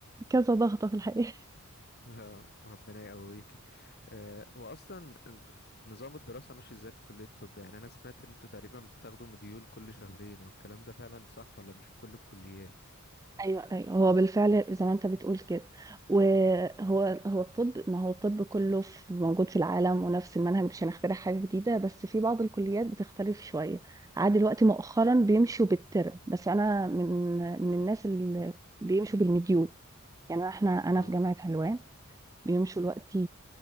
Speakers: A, on the right (about 15°); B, on the left (about 50°).
A: كذا ضغطه في الحقيقه
B: آه. ربنا يقويك آه. هو أصلا الم- نظام الدراسة ماشي ازاي في كلية الطب يعني أنا سمعت ان انتوا تقريبا بتاخدوا مديول كل شهرين والكلام ده فعلا صح ولا مش في كل الكليات
A: ايوه ايوه هو بالفعل زي ما انت بتقول كده وهو هو الطب ما هو الطب كله في موجود في العالم ونفس المنهج مش هنخترع حاجه جديده بس في بعض الكليات بتختلف شويه عاد دلوقتي مؤخرا بيمشوا بالترم بس انا من من الناس اللي بيمشوا بالمديول يعني احنا انا
B: اه
A: في جامعه حلوان بيمشوا دلوقتي